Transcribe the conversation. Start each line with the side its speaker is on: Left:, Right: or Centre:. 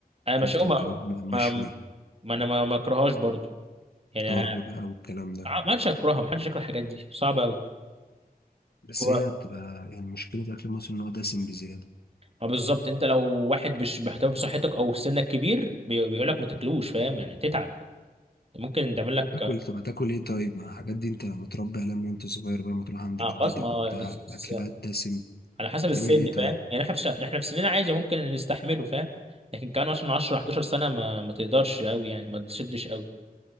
Right: انا مش
Left: كفته
Right: ما
Left: وكباب بقى مشوي
Right: ما ما انا ما ما اكرهاش برضو يعني
Left: طرب بقى والكلام ده
Right: ما حدش هيكرهها ما حدش يكره الحاجات دي صعبه قوي
Left: بس
Right: هو
Left: هي بتبقى يعني مشكله الاكل المصري ان هو دسم بزياده
Right: ما بالظبط انت لو واحد مش بيهتم بصحتك او سنك كبير بي- بيقول لك ما تاكلوش فاهم يعني تتعب ممكن تعمل
Left: طب
Right: لك
Left: هتاكل طب هتاكل ايه طيب ما الحاجات دي انت متربي عليها من وانت صغير بقى ما تروح عند
Right: آه،
Left: جدتك
Right: خلاص ما
Left: وبتاع
Right: الس-
Left: الاكل
Right: الس-
Left: بقى الدسم
Right: على حسب
Left: تعمل
Right: السن
Left: ايه طيب
Right: فاهم يعني احنا في ش... احنا في سننا عادي ممكن نستحمله فاهم لكن كمان عشان 10 11 سنه ما ما تقدرش قوي يعني ما تشدش قوي